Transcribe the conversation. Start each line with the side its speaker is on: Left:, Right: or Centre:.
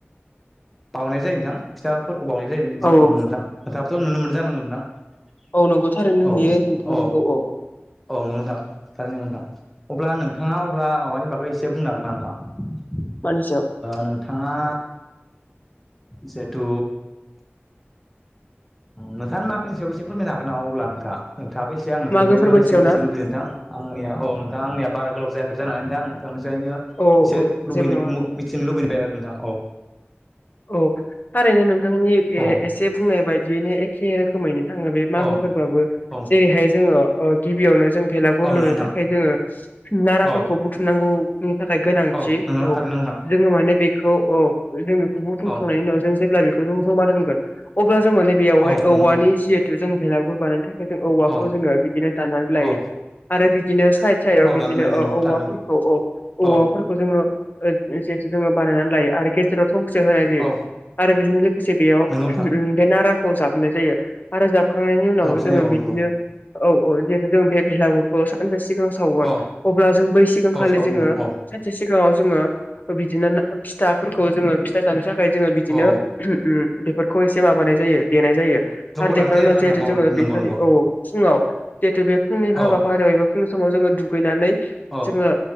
Centre: बावनाय जायो नोंथां फिथाफोरखौ बावनाय जायो नोंथां
Left: औ औ
Centre: नोंथाङाथ' नुनो मोनदों जानांगौ नोंथां।
Left: औ नंगौ थारैनो
Centre: औ
Left: नुयो नंगौ
Centre: औ
Left: नंगौ औ
Centre: औ <unintelligible> अब्ला नोंथाङा अब्ला माबानि बागै एसे बुंनो हागोन नामा नोंथां
Left: मानि सायाव
Centre: नोंथांङा जिहेथु नोंथांआ मागोनि सायाव एसे फोरमायना अब्ला नोंथांआ नों थाबोसे आंथांनिफ्रायबो
Left: मागो फोरबोनि
Centre: एसे
Left: सायाव
Centre: मिथिनोुबै
Left: ना
Centre: नोंथां <unintelligible> आंनिया औ नोंथां आंनिार गोलाव जाखोब जानानै थांनि <unintelligible> यनो
Left: औ
Centre: बिसोर
Left: औ
Centre: लुबैनो
Left: जेबो नङा
Centre: मिथिनो लुबैबाय आरो नोंथां औ
Left: औ थारैनो नोंथांनि
Centre: औ
Left: एसे बुंनाय बायदियैनो एखे रोखोमैनो थांङो बे मागो
Centre: औ
Left: फोरबाबबबो
Centre: औ
Left: जेरैहाय जोंङो गिबियावनो जों भेलागुर
Centre: औ
Left: लुनो
Centre: नंगौ नोंथां
Left: थाखाय जोंङो नाराफोरखौ
Centre: औ
Left: बुथुमनांगौनि थाखाय गोनांथि
Centre: औ नोंगौ
Left: औ
Centre: थारैनो नोंथां
Left: जोंङो माने बेखौ औ जों बेखौ बुथुमखांनायनि
Centre: औ
Left: उनाव जों जेब्ला बेखौ जों जमा दोनगोन अब्ला जों माने बेयावहाय
Centre: औ नंगौ
Left: औवानि
Centre: नोंथां
Left: जिहेतु जों बेलागुर बानायनो थाखाय जों औवाखौ
Centre: औ
Left: जोङो बिदिनो दाननानै लायो
Centre: औ
Left: आरो बिदिनो साइद साइडआव
Centre: औ
Left: बिदिनो
Centre: दानो लायो नंगौ
Left: औ औवाफोरखौ
Centre: थारैनांगौ
Left: औ औवाफोरखौ
Centre: औ
Left: जोङो जिहेतु जोंङो बानायनानै लायो आरो गेजेराव थंसे होनाय जायो
Centre: औ
Left: आरो बेजों लोगोसे बेयाव
Centre: नंगौ नोंथां
Left: बे नाराखौ जाबनाय जायो आरो जाबखांनायनि उनाव
Centre: माबो जायो
Left: जोंङो
Centre: औ
Left: बिदिनो
Centre: नंगौ
Left: औ औ जेरै जों बेलागुरखौ सानजासे सावगोन
Centre: औ
Left: अब्ला जों बै सिगांखालि
Centre: औ सावो
Left: जोंङो
Centre: नोंथां औ
Left: सानसे सिगां सिगाङाव जोङो बिदिनो फिथाफोरखौ जोङो फिथा जानो थाखाय जोंङो बिदिनो
Centre: औ
Left: बेफोरखौ एसे माबानाय जायो देनाय जायो
Centre: जगार
Left: आरो
Centre: लानाय
Left: देखांनायनि
Centre: जायो
Left: उनाव
Centre: आरोना नोंथां
Left: जिहेथु
Centre: औ
Left: जोंङो
Centre: नंगौ
Left: बे खालि
Centre: नंगौ
Left: औ फुङाव जिहेतु बे फुंनि हाबाफारियाव
Centre: औ
Left: एबा फुंनि समाव जोङो दुगैनानै
Centre: औ
Left: जोङो